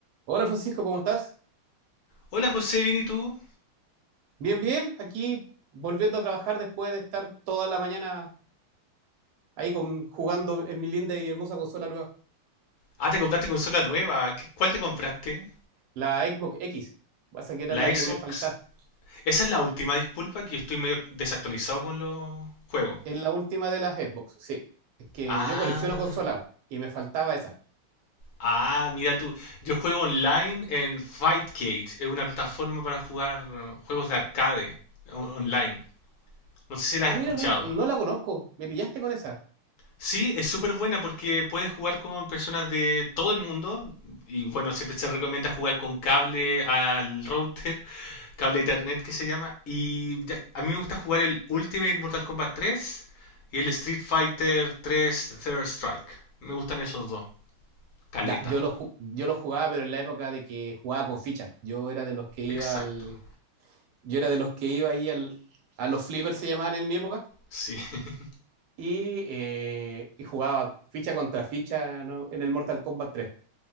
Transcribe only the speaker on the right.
Hola Francisco, ¿cómo estás?
Bien, bien, aquí volviendo a trabajar después de estar toda la mañana ahí con, jugando en mi linda y hermosa consola nueva,
la Xbox X, pasa que era
la
que me faltaba,
es la última de las Xbox, sí, es que
yo colecciono consolas y me faltaba esa.
Ah,
mira, no, no la conozco, me pillaste con esa.
Ya, yo lo, ju- yo lo jugaba, pero en la época de que jugaba con fichas, yo era de los que iba
al, yo era de los que iba ahí al, a los flippers se llamaban en mi época
y, eh, y jugaba ficha contra ficha ¿no? en el Mortal Kombat tres